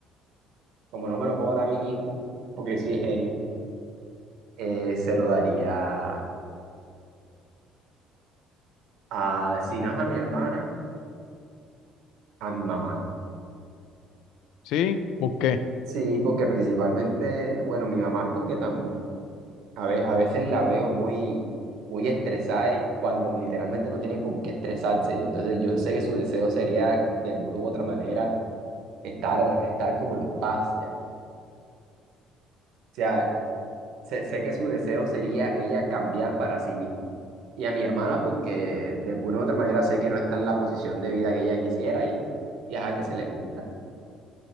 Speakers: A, on the right; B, on the left.
A: como no me lo puedo dar a mí mismo, porque soy genio, eh, se lo daría a, si no es a mi hermana, a mi mamá.
B: ¿Sí? ¿Por qué?
A: Sí, porque principalmente, bueno, mi mamá es porque tam- A ve- a veces la veo muy, muy estresada y cuando literalmente no tiene por qué estresarse. Y entonces yo sé que su deseo sería, de alguna u otra manera, estar, estar como en paz ya. O sea, sé, sé que su deseo sería ella cambiar para sí misma. Y a mi hermana, porque de alguna u otra manera sé que no está en la posición de vida que ella quisiera y, y ajá, que se le cumpla.